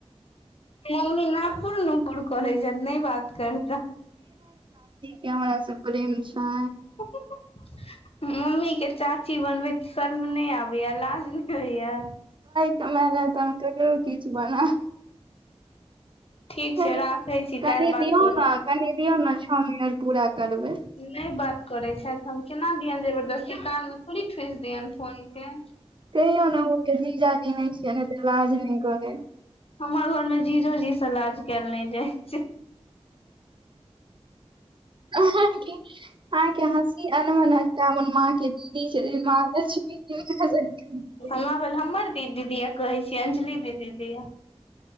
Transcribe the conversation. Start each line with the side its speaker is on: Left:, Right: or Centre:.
Left: मम्मी नपुर नुपुर कॉलेज नहि बात करता
Right: क हमरा सँ प्रेम छै
Left: <unintelligible> मम्मी के चाची बनबे त शर्म नहि आबैया लाज नहि होइया
Right: <unintelligible> नहि किछ बना।
Left: ठीक
Right: कनि
Left: छै राखै छी
Right: कनि
Left: काल्हि बात
Right: दियौ
Left: करू
Right: ने कनि दियौ ने छओ मिनट पूरा करबै
Left: नहि बात करै छथि हम केना दियनि जबरदस्ती कान मे थोड़ी ठुसि दियनि फोनक के
Right: कहियौ ने ह के जीजाजी नहि छै ने त लाज नहि करे
Left: हमर घरमे जीजो जीसँ लाज कयल नहि जाइ छै
Right: अहाँ के अहाँ के हँसी अनमन हम माँ के दीदी जेना लागय छै <unintelligible>
Left: हमरा भेल हमर दी दीदि य कहै छी अंजली दीदी दिया